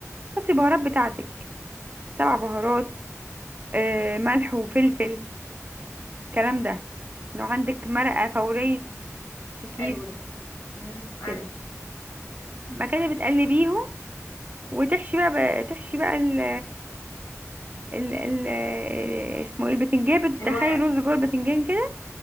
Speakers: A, on the right; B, on the left.
A: حطي بهارات بتاعتك سبع بهارات آه، ملح وفلفل الكلام ده لو عندك مرقة فورية في كيس
B: حلو ده مم. عندي
A: كده بعد كده بتقلبيهم وتحشي بقى, بقى تحشي بقى ال ال ال اسمه ايه البتنجان بتدخلي
B: الورق
A: الرز جوه البتنجان كده